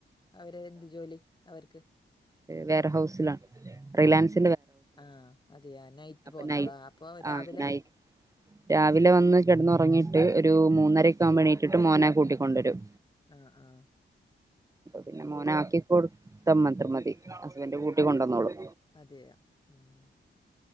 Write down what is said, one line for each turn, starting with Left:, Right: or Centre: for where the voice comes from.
Left: അവര് എന്ത് ജോലി അവർക്ക്?
Right: വെയർ ഹൗസിലാണ് റിലയൻസ്
Left: ആഹ് അതെയാ നൈറ്റ്
Right: അപ്പൊ
Left: പോന്നത്
Right: നൈ
Left: അപ്പൊ രാവിലെ?
Right: ആഹ് നൈ രാവിലെ വന്ന് കിടന്നുറങ്ങിയിട്ട്. ഒരു മൂന്നരയൊക്ക ആക്കുപ്പോൾ എണീറ്റിട്ട്. പോയി മോനേ കൂട്ടികൊണ്ട് വരും
Left: ആ ആ
Right: പിന്നെ മോനെ ആക്കി കൊടുത്ത മാത്രം മതി ഹസ്ബന്റ് കൂട്ടി കൊണ്ടുവന്നോളും
Left: അതെയ ഉം